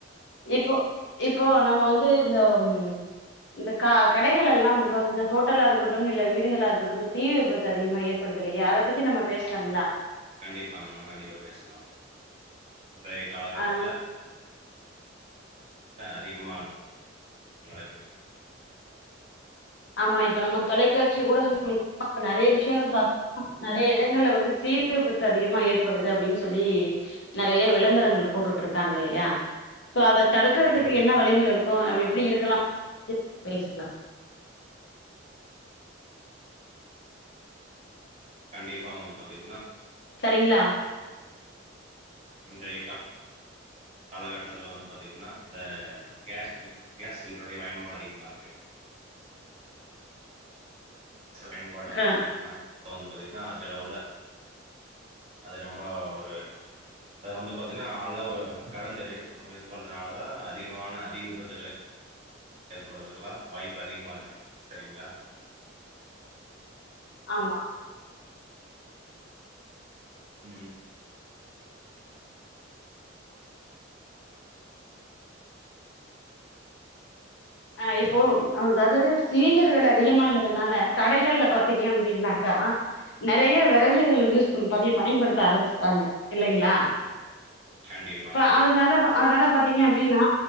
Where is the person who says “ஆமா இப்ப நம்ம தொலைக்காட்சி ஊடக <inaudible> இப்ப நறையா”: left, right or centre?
Left